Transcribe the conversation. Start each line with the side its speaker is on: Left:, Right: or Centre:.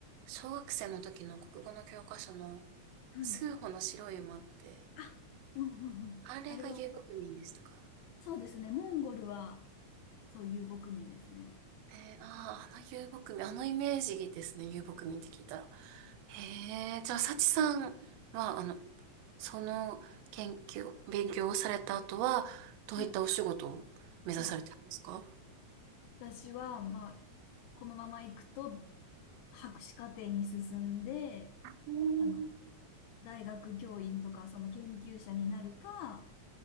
Right: 小学生の時の国語の教科書の、
Left: はい。
Right: 数歩の白い馬って、
Left: あ、うんうんうん。
Right: あれが遊牧民でしたか
Left: あれは、そうですね。モンゴルは、そう遊牧民ですね。
Right: えー、ああ、あの遊牧民、あのイメージですね、遊牧民って聞いたら。へえ、じゃあ、幸さんは、あの、その研究、勉強をされた後は、どういったお仕事を目指されてるんですか
Left: はい。あ、私は、まあ、このまま行くと、博士課程に進んで、
Right: うん
Left: あの、大学教員とかその研究者になるか、